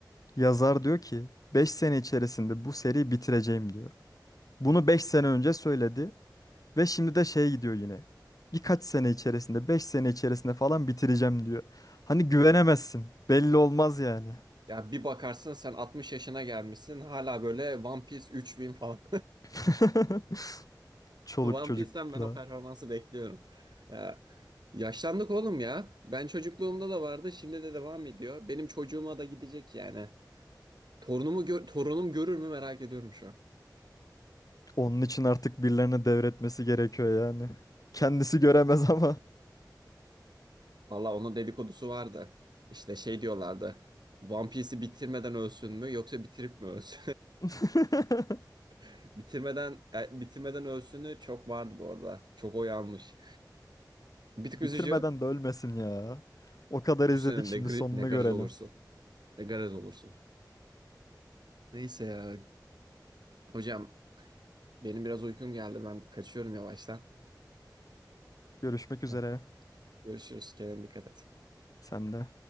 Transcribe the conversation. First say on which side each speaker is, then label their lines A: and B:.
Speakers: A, on the left (about 55°); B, on the right (about 70°).
A: Yazar diyor ki 5 sene içerisinde bu seriyi bitireceğim diyor. Bunu 5 sene önce söyledi. Ve şimdi de şey gidiyor yine. Birkaç sene içerisinde, 5 sene içerisinde falan bitireceğim diyor. Hani güvenemezsin. Belli olmaz yani.
B: Ya bir bakarsın sen 60 yaşına gelmişsin hala böyle One Piece 3000 falan.
A: <laughs>
B: <laughs>
A: Çoluk
B: One
A: çocukla.
B: Piece'ten ben o performansı bekliyorum. Ya, yaşlandık oğlum ya. Ben çocukluğumda da vardı, şimdi de devam ediyor. Benim çocuğuma da gidecek yani. Torunumu gör torunum görür mü merak ediyorum şu an.
A: Onun için artık birilerine devretmesi gerekiyor yani. Kendisi göremez ama.
B: Valla onun dedikodusu vardı. İşte şey diyorlardı. One Piece'i bitirmeden ölsün mü yoksa bitirip mi ölsün?
A: <laughs>
B: <laughs> Bitirmeden e, bitirmeden ölsünü çok vardı bu arada. Çok oy almış. Bir tık
A: Bitirmeden
B: üzücü.
A: de ölmesin ya. O kadar izledik
B: Düşünsene
A: şimdi
B: ne, gri-
A: sonunu
B: ne gariz
A: görelim.
B: olursun. Ne gariz olursun. Neyse ya. Hocam benim biraz uykum geldi. Ben kaçıyorum yavaştan.
A: Görüşmek üzere.
B: Eh, Görüşürüz. Kendine dikkat et.
A: Sen de.